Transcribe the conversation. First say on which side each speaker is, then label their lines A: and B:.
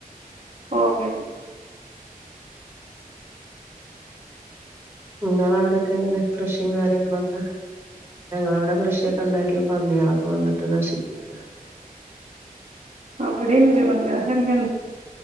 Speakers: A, on the right; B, on the right.
A: ഓ കഴിഞ്ഞു
B: നിങ്ങള അവിടൊക്കെ എങ്ങനെ കൃഷിയും കാര്യങ്ങളൊക്കെ ഞങ്ങളവിടെ കൃഷിയൊക്കെ ഉണ്ടാക്കിയ പന്നികളൊക്കെ വന്നിട്ട് നശിപ്പിക്ക
A: ആ ബടീണ്ട് പന്നീളന്നെ